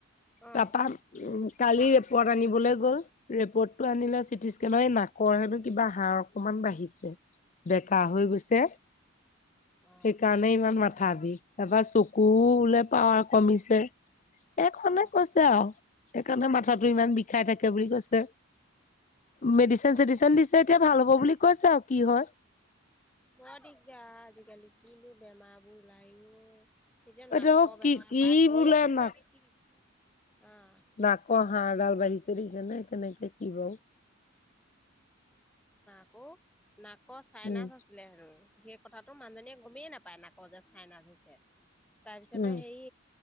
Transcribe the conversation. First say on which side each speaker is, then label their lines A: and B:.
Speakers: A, in the centre; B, on the left.
A: অ
B: তাৰপৰা উম কালি। পট আনিবলে গ'ল ৰিপৰ্টটো আনিলে চিটি স্কেনৰ এই নাকৰ হেনো কিবা হাৰ অকনমান বাঢ়িছে। বেকা হৈ গৈছে,
A: অ অ
B: সেইকাৰণেই ভাবি তাৰপা চকু বোলে পাৱাৰ কমিছে। এইখনে
A: অ অ
B: কৈছে আও, সেইকাৰণে মাথাটো ইমান বিষাই থাকে বুলি কৈছে। মেডিচিন
A: সেইটোৱে
B: চেডিচিন দিছে এতিয়া ভাল হ'ব বুলি কৈছে আও কি হয়।
A: বৰ দিগদাৰ আজিকালি কিনো বেমাৰবোৰ ওলাই অ। সেই যে নাকৰ
B: এতিয়া
A: বেমাৰৰ
B: কি কি
A: পৰা ঢেৰ
B: বোলে
A: কিবা
B: নাক
A: কিবি। অ'
B: নাকৰ হাড় ডাল বাঢ়িচে দেখিছেনে কেনেকে কি বাৰু।
A: আকৌ নাকৰ চাইনাছ
B: উম
A: আছিলে হেনো। কথাটো মানুহজনীয়ে গমে নাপায় নাকত যে চাইনাজ হৈছে, তাৰপিছতে
B: উম
A: হেৰি।